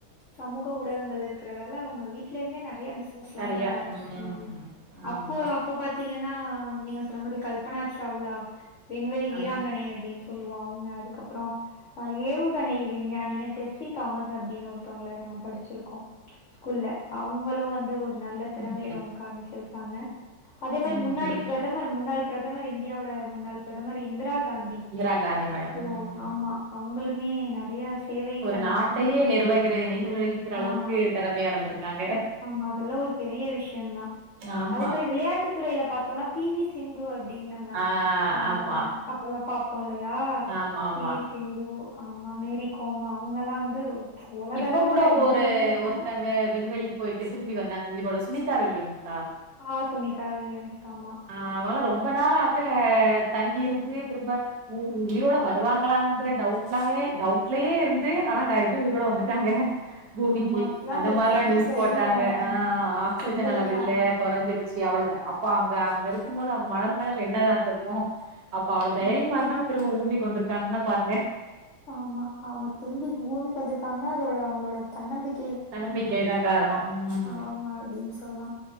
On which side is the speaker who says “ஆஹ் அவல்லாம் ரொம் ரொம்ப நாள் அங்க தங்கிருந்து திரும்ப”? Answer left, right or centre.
Right